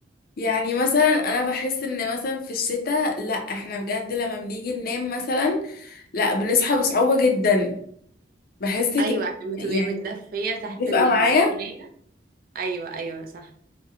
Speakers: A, on the left; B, on the right.
A: يعني مثلا انا بحس ان مثلا في الشتاء لا احنا بجد لما بنيجي ننام مثلا لا بنصحى بصعوبة جدا بحس كده
B: ايوه عشان
A: يعني
B: بتبقي متدفية تحت
A: متفقة
B: البطانية
A: معايا
B: ايوه ايوه صح